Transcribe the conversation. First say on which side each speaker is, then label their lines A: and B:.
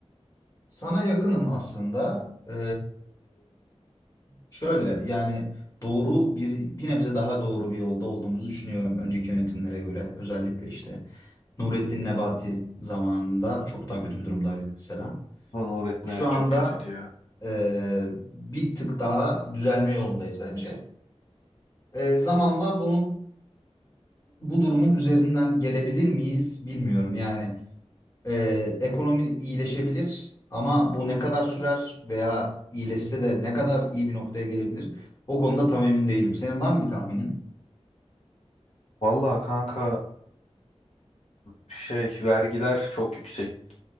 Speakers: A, on the left; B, on the left.
A: Sana yakınım aslında. E, şöyle yani doğru bir bir nebze daha doğru bir yolda olduğumuzu düşünüyorum önceki yönetimlere göre. Özellikle işte Nurettin Nebati zamanında çok daha kötü bir durumdaydık mesela.
B: Lan öğretmen
A: Şu
B: evet
A: anda
B: çok kötü diyor.
A: e, bir tık daha düzelme yolundayız bence. E, zamanla bunun bu durumun üzerinden gelebilir miyiz bilmiyorum. Yani e, ekonomi iyileşebilir ama bu ne kadar sürer veya iyileşse de ne kadar iyi bir noktaya gelebilir? O konuda tam emin değilim. Senin var mı bir tahminin?
B: Vallahi kanka şey vergiler çok yüksek.